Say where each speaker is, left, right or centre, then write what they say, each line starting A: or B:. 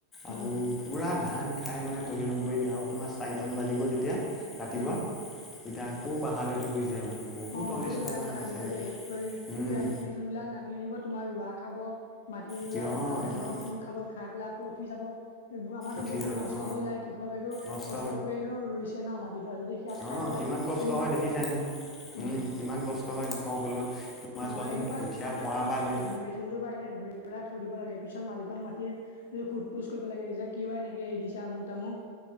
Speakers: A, on the left; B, on the left.
A: আৰু
B: উম,
A: পোৰা ধান খায় মানে তাহিলং কৰি দিয়ে, আৰু তোমাৰ চাৰিটা মান বাজিব যেতিয়া ৰাতিপুৱা,
B: উম,
A: তেতিয়া আকৌ পাহাৰলে উঠি গুচি যায় মানে। বহুত
B: অঁ
A: অনিষ্ট
B: সেইটো
A: কৰে
B: বেয়া কথা
A: আমাৰ
B: কিন্তু
A: চাইডে
B: দেই,
A: উম
B: ৰাতি মেথুন বিলাক নামি আহিব তোমাৰ ৰোৱা খাব মাটিবিলাক
A: কিয়
B: তোমাৰ
A: একদম
B: ধানৰ কুঁ খাব, খায় পেলাই আকৌ উঠি যাব। আমাৰটো
A: উঠি
B: বহুত
A: যাব
B: নষ্ট
A: অ
B: হৈ যায়, কৃষকেটো
A: নষ্ট
B: কষ্ট কৰি এইটো ৰুইছে ন' মাটি ডৰা, যদি সেয়া খাই
A: অঁ
B: পেলাই
A: কিমান কষ্ট
B: কেনেকুৱা
A: হয়
B: লাগে
A: দেখিছাই নহয়, উম',
B: অ
A: কিমান কষ্ট হয় কৃষকসকলৰ! তোমাৰ
B: অঁ
A: চোৱাচোন
B: এনেকুৱাত
A: কঠীয়া
B: এনেকুৱাত
A: পৰা
B: তোমাৰ
A: পৰা ধৰি
B: মেথুনটো পাৰিলে ধৰি পেলাই থৈ দিব লাগে, পিছত মালিকক মাতি এই সোধ পোছ কৰিব লাগে, যে কিয় এনেকে এৰি দিছে আমুক-তামুক।